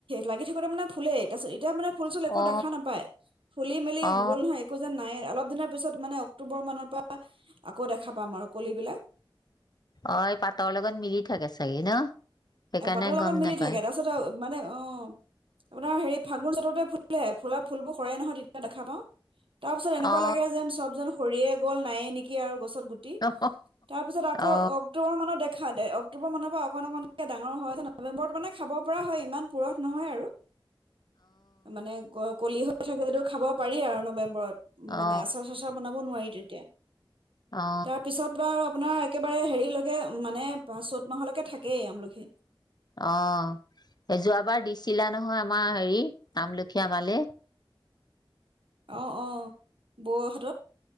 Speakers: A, on the right (about 75°); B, on the left (about 50°).
A: লাগি থাকোতে মানে ফুলেই তাৰপিছত এতিয়া মানে, ফুল চুল একো
B: অ
A: দেখা নাপায়। ফুলি মেলি
B: অ
A: গ'ল নহয় একো যেন নাই অলপ। কিছুদিনৰ পিছত মানে অক্টোবৰ মানৰ পৰা আকৌ দেখা পাম আৰু কলি বিলাক।
B: অ', এই পাটৰ লগত মিলি থাকে। চাগে ন, সেইকাৰণে
A: পাতৰ লগত
B: গম
A: মিলি
B: নাপায়
A: থাকে তাৰপিছত মানে অ আপোনাৰ হেৰি ফাগুন চততে ফুলে ফুলা ফুলবোৰ খৰে নহয় তেতিয়া দেখা পাওঁ। তাৰ পিছত এনেকুৱা
B: অ
A: লাগে যেন চব যেন সৰিয়ে গল নায়ে নেকি আৰু। গছত গুটি
B: অ
A: তাৰপিছত আকৌ
B: অ
A: অক্টোবৰ মানত দেখা- দেখা অক্টোবৰ মানৰ-পৰা অকণ অকণ। ডাঙৰ হয় নৱেম্বৰত মানে খাব পৰা হয় ইমান পুৰঠ নহয় আৰু। মানে কলি। থাকটো খাব পাৰি আৰু নৱেম্বৰত। উ মানে
B: অ
A: আচাৰ চাচাৰ বনাব নোৱাৰি। এতিয়া।
B: অ
A: তাৰপিছত বাৰু আপোনাৰ। একেবাৰে হেৰিলৈকে মানে প চ'ত মাহলৈকে থাকে। এই আমলখি।
B: অ যোৱাবাৰ দিছিলা নহয় আমাৰ হেৰি আমলখি আমালে।
A: অ'-অ' বৌহ'ত।